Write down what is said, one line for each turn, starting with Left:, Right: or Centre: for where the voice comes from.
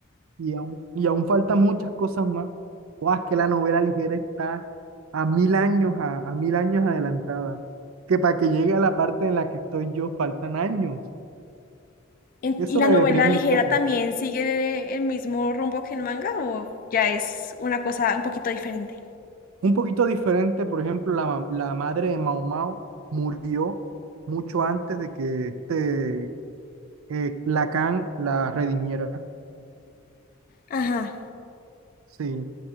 Right: y aún, y aún faltan muchas cosas más. Guau, es que la novela ligera está a mil años, a, a mil años adelantada, que para que llegue a la parte en la que estoy yo faltan años.
Left: En-
Right: Eso
Left: ¿Y la
Right: me
Left: novela
Right: deprime
Left: ligera
Right: un poco.
Left: también sigue el mismo rumbo que el manga o ya es una cosa un poquito diferente?
Right: Un poquito diferente, por ejemplo, la, ma- la madre de Mao Mao murió mucho antes de que este eh, Lacan la redimiera,
Left: Ajá,
Right: sí.